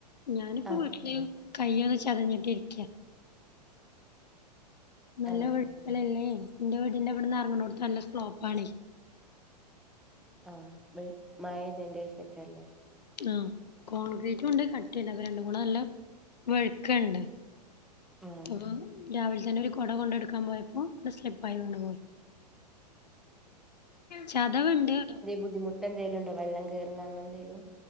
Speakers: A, on the left; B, in the centre.
A: ഞാനിപ്പോ
B: ആഹ്
A: വീട്ടില്. കയ്യ് ഒന്ന് ചതഞ്ഞിട്ട് ഇരിക്ക. നല്ല
B: ആഹ്
A: വഴുക്കലല്ലേ എൻ്റെ വീടിന്റെ ഇവിടുന്ന് ഇറങ്ങ്ണോത്. നല്ല സ്ലോപ്പണ്.
B: ആഹ മഴ പെയ്തതിന്റെ ശേഷം അയി ക്കാരംല്ലോ?
A: ആ കോൺക്രീറ്റും ഉണ്ട് കട്ടിംട് അപ്പ രണ്ട് കൂടെ നല്ല വെഴ്ക്കുണ്ട്.
B: ആഹ്
A: അപ്പൊ രാവിലെ തന്നെ ഒരു കുട കൊണ്ട എടുക്കാൻ പോയപ്പോ സ്ലപ്പ് ആയിവീണ് പോയി. ചതവുണ്ട്.
B: ബുധിമുട്ട എന്തോലുംണ്ടോ വെള്ളം കോറുന്ന എന്തേലും.